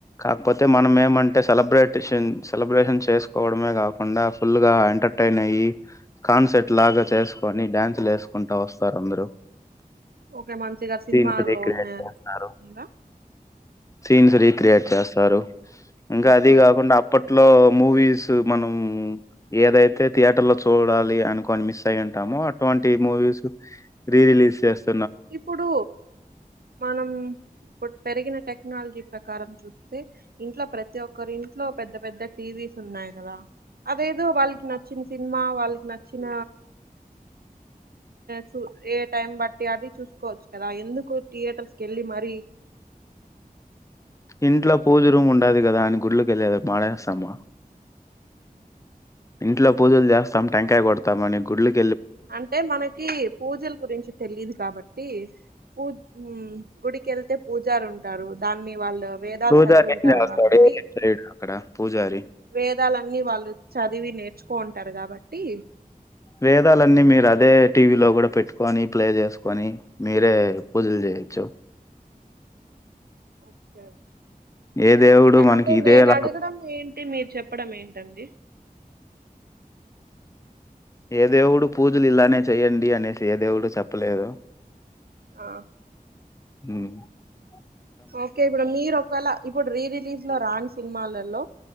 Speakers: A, on the left; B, on the right.
A: కాకపోతే మనం ఏమంటే సెలబ్రేటేషన్ సెలబ్రేషన్ చేసుకోవడమే కాకుండా ఫుల్ గా ఎంటర్టై నయి కాన్సర్ట్ లాగా చేసుకొని డ్యాన్స్లు వేసుకుంటా వస్తారు అందరు
B: ఓకే మంచిగా సినిమాలో
A: సీన్స్ రిక్రియేట్
B: ఉన్న
A: చేస్తారు
B: ఇలా
A: సీన్స్ రీక్రియేట్ చేస్తారు ఇంకా
B: ఓకే
A: అది కాకుండా
B: ఓకే
A: అప్పట్లో మూవీస్ మనం ఏదైతే థియేటర్ లో చూడాలి అనుకొని మిస్ అయి ఉంటామో అటువంటి మూవీస్ రీ రిలీజ్ చేస్త
B: ఇప్పుడు మనం ఇప్పుడు పెరిగిన టె క్నాలజీ ప్రకారం చూస్తే ఇంట్లో ప్రతి ఒక్కరు ఇంట్లో పెద్ద పెద్ద టీవీస్ ఉన్నాయి కదా అదేదో వాళ్ళకి నచ్చిన సినిమా వాళ్ళకి నచ్చిన చూ ఏ టైం బట్టి అటి చూసుకోవచ్చు కదా, ఎందుకు థియేటర్స్ కి వెళ్ళి మరి
A: ఇంట్లో పూజ రూమ్ ఉండది కదా అని గుడ్లోకి వెళ్ళలేరు పాడేస్తామా. ఇంట్లో పూజలు చేస్తాం, టెంకాయ కొడతామని గుడ్లకి
B: అంటే మనకి పూజలు గురించి తెలిదు కాబట్టి పూ మ్ గుడికి వెళ్తే పూజారు ఉంటారు దాన్ని వాళ్ళు వేదాలు
A: పూజారిక్కడ
B: చదివి ఉంటారు కాబట్టి
A: <unintelligible> పూజారి
B: వేదాలన్నీ వాళ్ళు చదివి నేర్చుకో ఉంటారు కాబట్టి
A: వేదాలన్నీ మీరు అదే టీవీలో కూడా పెట్టుకొని ప్లే చేసుకొని మీరే పూజలు చేయొచ్చు.
B: ఓకే
A: ఏ దేవుడు మనకి
B: అంటే
A: ఇదే
B: నేను
A: ఎలా
B: అడగడం ఏంటి? మీరు చెప్పడం ఏంటండి.
A: ఏ దేవుడు పూజలు ఇలానే చెయ్యండి అనేసి ఏ దేవుడు చెప్పలేదు.
B: ఆ
A: ఉ <unintelligible>
B: ఓకే, ఇప్పుడు మీరు ఒకవేళ ఇప్పుడు రీ రిలీజ్ లో రాని సినిమాలలో,